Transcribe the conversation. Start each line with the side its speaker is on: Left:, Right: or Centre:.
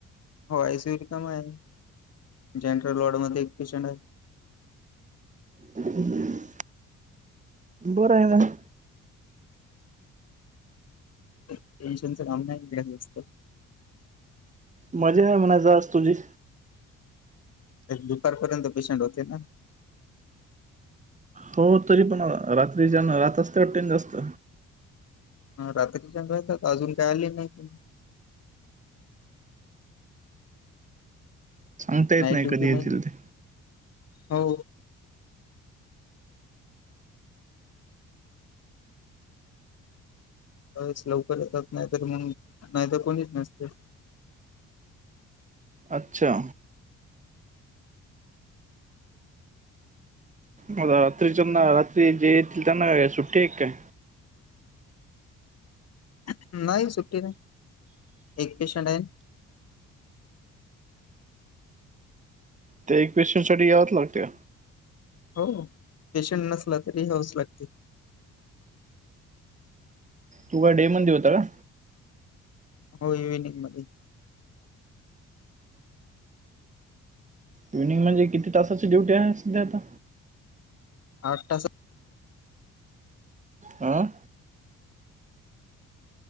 Left: होयसी रिकम आहे जनरल वॉर्ड मध्ये एक पेशंट आहे.
Right: ह <inaudible> बरंय मग.
Left: टेन्शनचं काम नाहीत
Right: मजे ह म्हन दास तुझी..
Left: दुपारपर्यंत पेशंट होते ना.
Right: हो तरी पण रात्रीच्यान रातचते वाटेन जास्त.
Left: ह रात्री चग येत अजून काय आले नाही पण.
Right: सांगता येत
Left: नाही दुकीी
Right: कधी येतील
Left: नाही
Right: ते
Left: हो. स लवकर येतात नाहीत मग नाहीतर कोणीच नसते.
Right: अच्छा! रात्रीच्याना रात्री जे येतील त्यांना सुट्टे एक काय.
Left: नाही सुट्टी नाही एक पेशंट आहे.
Right: त्या एक पेशंटसाठी यावच लागते..
Left: हो पेशंट नसला तरी यावच लागते.
Right: तु काय डे मध्ये होता का?
Left: हो इव्हनिंग मध्ये.
Right: इव्हनि म्हणजे, किती तासाची ड्युटी आहे, सध्या आता
Left: आठ तास
Right: आं.